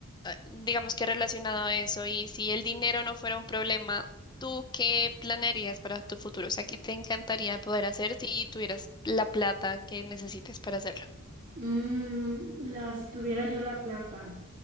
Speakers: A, on the left; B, on the right.
A: digamos que relacionado a eso, y si el dinero no fuera un problema, ¿tú qué planearías para tu futuro? O sea, ¿qué te encantaría poder hacer si tuvieras la plata que necesites para hacerlo?
B: Mm, la, si tuviera yo la plata,